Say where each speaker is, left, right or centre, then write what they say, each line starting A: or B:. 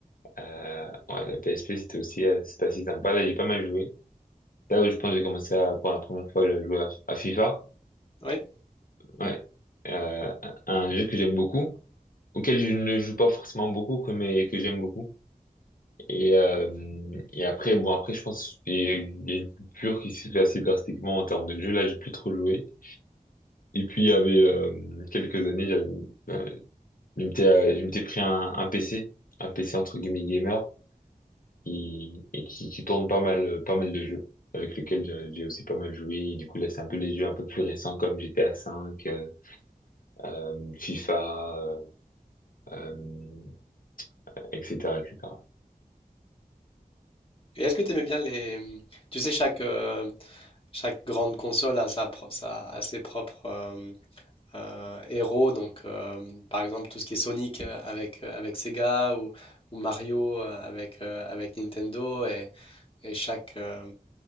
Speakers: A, on the left; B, on the left.
A: Euh, ouais, la PSP, c'était aussi euh, c'était assez sympa. Là, j'ai pas mal joué. Là où je pense que j'ai commencé à, pour la première fois à jouer à, à FIFA.
B: Oui.
A: Ouais. Euh, un un jeu que j'aime beaucoup, auquel je ne joue pas forcément beaucoup, que- mais que j'aime beaucoup. Et, euh, et après, bon, après, je pense qu'il y a il y a une coupure qui s'est fait assez drastiquement en termes de jeu. Là, j'ai plus trop joué. Et puis, il y avait euh, quelques années, j'avais, euh, je m'étais euh, je m'étais pris un, un PC, un PC entre guillemets gamer. qui- et qui, qui tourne pas mal, euh, pas mal de jeux avec lequel je- j'ai aussi pas mal joué. Et du coup, là, c'est un peu les jeux un peu plus récents comme GTA V, euh, euh, FIFA, euh, euh, etc., etc.
B: Et est-ce que tu aimais bien les... Tu sais, chaque, euh, chaque grande console a, sa pro- sa- a ses propres euh, euh, héros. Donc, euh, par exemple, tout ce qui est Sonic euh, avec, euh, avec Sega ou, ou Mario euh, avec, euh, avec Nintendo. Et, et chaque, euh,